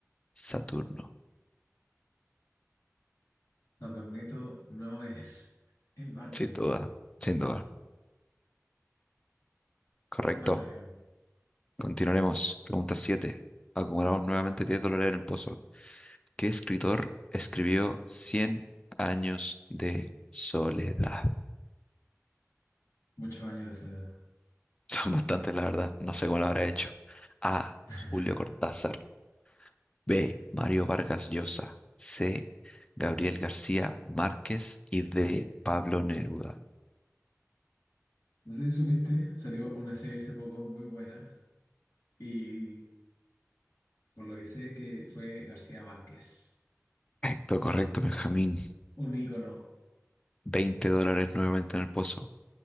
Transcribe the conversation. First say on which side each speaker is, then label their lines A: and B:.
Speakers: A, on the left; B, on the left.
A: Saturno.
B: No te admito, no es. Es Marte.
A: Sin duda, sin duda. Correcto.
B: Es Marte, amigo.
A: Continuaremos. Pregunta 7. Acumulamos nuevamente 10 dólares en el pozo. ¿Qué escritor escribió cien años de soledad?
B: Muchos años de soledad.
A: <laughs> Son bastantes, la verdad. No sé cómo lo habrá hecho. A.
B: <laughs>
A: Julio Cortázar. B. Mario Vargas Llosa. C. Gabriel García Márquez y D. Pablo Neruda.
B: No sé si supiste, salió una serie hace poco muy buena y por lo que sé que fue García Márquez.
A: Correcto, correcto, Benjamín.
B: Un ícono.
A: 20 dólares nuevamente en el pozo.